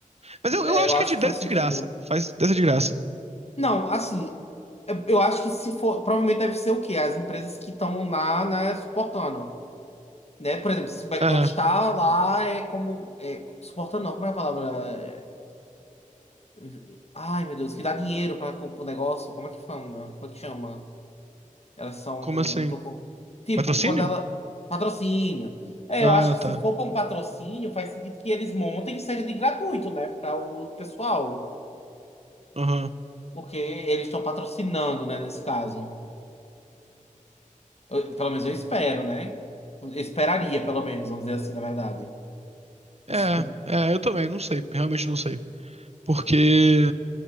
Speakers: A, on the right; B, on the left.
A: Mas
B: É,
A: eu, eu acho
B: eu acho
A: que é de dessa
B: que faz sentido.
A: de graça. Faz dessa de graça.
B: Não, assim, eu eu acho que se for, provavelmente deve ser o quê? As empresas que estão lá, né, suportando, né? Por exemplo, se o McDonald's
A: É,
B: está lá, é como, é, suportando não, como é a palavra? É, ai, meu Deus, que dá dinheiro para o negócio, como é que chama? Como é que chama? Elas são,
A: como assim?
B: tô co- tipo,
A: Patrocínio?
B: quando ela, patrocínio. É,
A: Ah,
B: eu acho que
A: tá.
B: se for para um patrocínio, faz sentido que eles montem que seja de gratuito, né, para o pessoal,
A: Aham.
B: porque eles estão patrocinando, né, nesse caso. Eu- Pelo menos eu espero, né? Eu Esperaria, pelo menos, vamos dizer assim, na verdade. <laughs>
A: É, é, eu também, não sei. Realmente não sei. Porque.